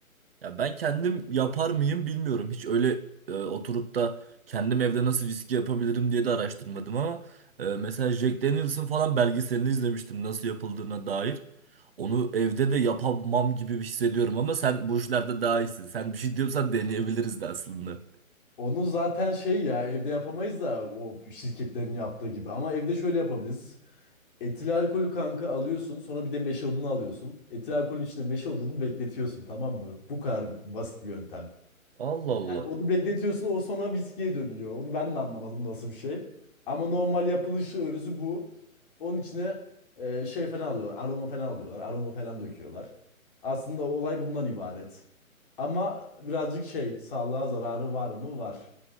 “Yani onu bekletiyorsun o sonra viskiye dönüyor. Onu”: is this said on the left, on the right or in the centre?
Left